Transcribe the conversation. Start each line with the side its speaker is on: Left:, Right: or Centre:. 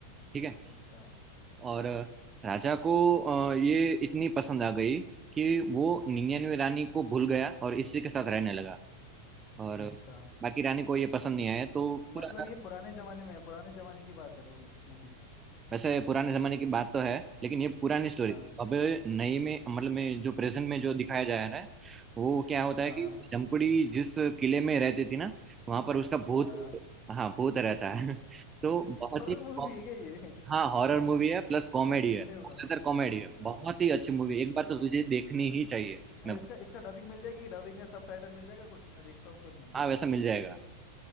Right: ठीक है
Left: अच्छा
Right: और अ, राजा को अ, ये इतनी पसंद आ गई कि वो निन्यानवे रानी को भूल गया और इसी के साथ रहने लगा और
Left: अच्छा
Right: बाकी रानी को ये पसंद नहीं आया तो पूरा
Left: मतलब ये पुराने जमाने में है पुराने जमाने की बात है पूरी मूवी
Right: वैसे पुराने जमाने की बात तो है लेकिन ये पुरानी स्टोरी
Left: हाँ
Right: थी अब नई में मतलब में जो प्रेजेंट में जो दिखाया जा रहा है वो क्या होता है
Left: हाँ
Right: कि
Left: हाँ
Right: जमकुड़ी जिस किले में रहती थी ना वहां पर उसका भूत
Left: हाँ हाँ
Right: हाँ भूत रहता है <laughs> तो
Left: <laughs>
Right: बहुत
Left: हॉरर
Right: ही
Left: मूवी
Right: कॉम-
Left: है क्या ये <laughs>
Right: हाँ हॉरर मूवी है प्लस कॉमेडी
Left: अरे
Right: है ज्यादातर
Left: बाप रे
Right: कॉमेडी है
Left: हाँ
Right: बहुत ही अच्छी मूवी
Left: इसका
Right: एक बार तो तुझे देखनी ही चाहिए
Left: अरे
Right: मैं
Left: इसका इसका डबिंग मिल जाएगी डबिंग या सबटाइटल मिल जाएगा कुछ मैं देखता हूँ फिर मैं
Right: हाँ वैसा मिल जाएगा